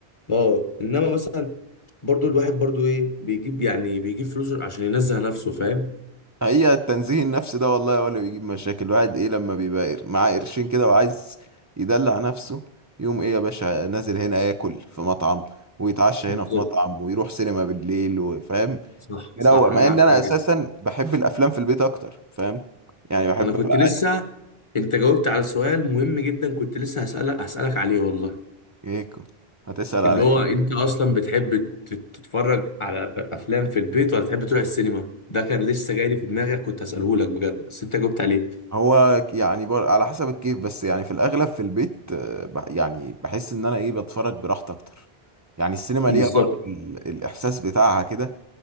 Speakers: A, on the left (about 30°); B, on the right (about 25°).
A: اه انما مثلا برضو الواحد برضو ايه بيجيب يعني بيجيب فلوسه عشان ينزه نفسه فاهم
B: هي التنزيه النفسي ده والله هو اللي بيجيب مشاكل الواحد ايه لما بيبقى قر- معاه قرشين كده وعايز يدلع نفسه يوم ايه يا باشا نازل هنا ياكل في مطعم ويتعشى
A: بالظبط
B: هنا في مطعم ويروح سينما بالليل وفاهم
A: صح
B: مروق
A: صح
B: مع
A: انا معاك
B: ان
A: فيها
B: انا اساسا
A: جدا
B: بحب الافلام في البيت اكتر فاهم يعني بحب
A: انا كنت
B: ابقى
A: لسه
B: قاعد-
A: انت جاوبت على سؤال مهم جدا كنت لسه هسألك هسألك عليه والله
B: ايكو هتسأل على
A: اللي هو
B: ايه
A: انت اصلا بتحب ت- تتفرج على افلام في البيت ولا تحب تروح السينما ده كان لسه جاي لي في دماغك كنت هساله لك بجد بس انت جاوبت عليه
B: هو يعني بر... على حسب الكيف بس يعني في الاغلب في البيت آه، بح... يعني بحس ان انا ايه بتفرج براحتي اكتر يعني السينما
A: بالظبط
B: ليها برضه ال... الاحساس بتاعها كده